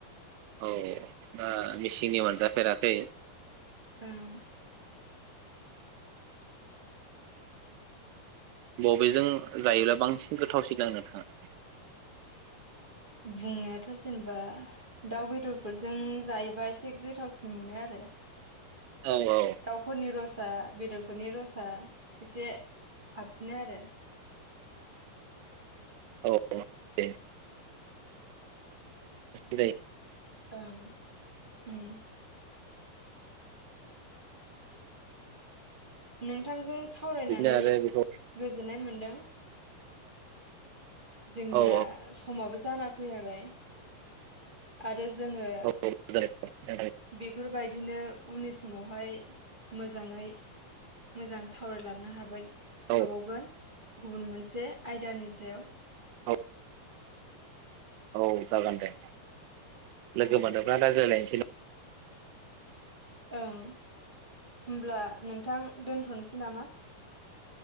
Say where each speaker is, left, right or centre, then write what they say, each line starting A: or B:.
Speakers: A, on the right; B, on the right.
A: औ दा मेचननि मोनजाफेराखै।
B: ओं।
A: बबेजों जायोब्ला बांसिन गोथावसिन जागोन नोंथां आ
B: बुंनायाथ' जेनेबा दाउ बेदरफोरजों जायोबा एसे गोथावसिन मोनो आरो।
A: औ औ
B: दाउफोरनि रस। बेदरफोरनि रसा एसे। हाबसिनो आरो।
A: औ दे <unintelligible>
B: ओं उम। नोंथांजों सावरायनानै
A: बिदिनो आरो
B: गो
A: बेखौ
B: गोजोन्नाय मोन्दों। जोंनिया
A: औ
B: समाबो जाना फैबाय आरो
A: <unintelligible>
B: जोङो बेफोरबायदिनो उननि समावहाय मोजाङै मोजां सावरायलांनो हाबाय।
A: औ
B: हाबावगोन। गुबुन मोनसे आयदानि सायाव।
A: औ औ औ जागोन दे। लोगो
B: ओं
A: मोनोबा रायज्लायनोसै।
B: ओं। होमब्ला नोंथां दोन्थ'नोसै नामा।